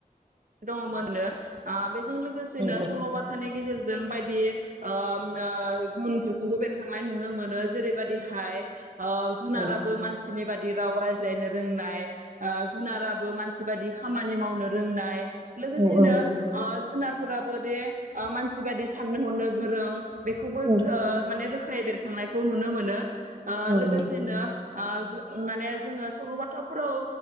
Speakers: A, on the right; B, on the right.
A: <inaudible> दङमोननो आ बेजों लोगोसेनो
B: औ
A: सल'बाथानि गेजेरज जों बायदि ओ म नो गुनफोरखौबो बेरखांनाय नुनो मोनो जेरैबायदिहाय ओ जुनाराबो
B: औ
A: मानसिनि बाद दि राव रायज्लायनो रोंनाय ओ जुनाराबो मान नसि बायदि खामानि मावनो रोंनाय लोगोसेनो
B: औ औ
A: ओ जुनारफोराबो दे ओ मानसि बायदि साननो हरनो गोरों बेखौबोज
B: औ
A: ओ माने रोख खायै बेरखांनायखौ नुनो मोनो। ओ
B: औ
A: लोगोसेनो
B: नों
A: ओ जु माने जोङो सल'बाथाफोराव